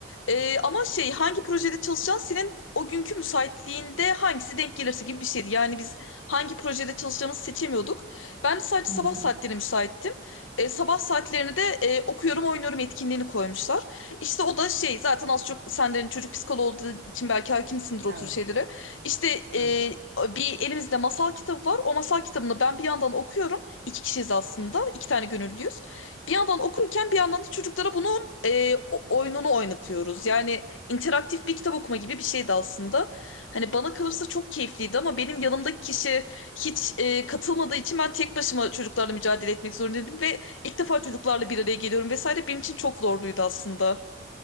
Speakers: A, on the left; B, on the right.
A: Ee, ama şey hangi projede çalışacaksın senin o günkü müsaitliğinde hangisi denk gelirse gibi bir şeydi. Yani biz hangi projede çalışacağımızı seçemiyorduk. Ben de sadece
B: Hı
A: sabah
B: hı.
A: saatlerine müsaittim. Ee, sabah saatlerine de e, okuyorum oynuyorum etkinliğini koymuşlar. İşte o da şey zaten az çok senden çocuk psikoloğu olduğu için belki hakimsindir o
B: Evet.
A: tür şeylere. İşte e,
B: Hı hı.
A: bir elimizde masal kitabı var. O masal kitabını ben bir yandan okuyorum. İki kişiyiz aslında. iki tane gönüllüyüz. Bir yandan okurken bir yandan da çocuklara bunu e, o- oyununu oynatıyoruz. Yani interaktif bir kitap okuma gibi bir şeydi aslında. Hani bana kalırsa çok keyifliydi ama benim yanımdaki kişi hiç e, katılmadığı için ben tek başıma çocuklarla mücadele etmek zorundaydım ve ilk defa çocuklarla bir araya geliyorum vesaire benim için çok zorluydu aslında.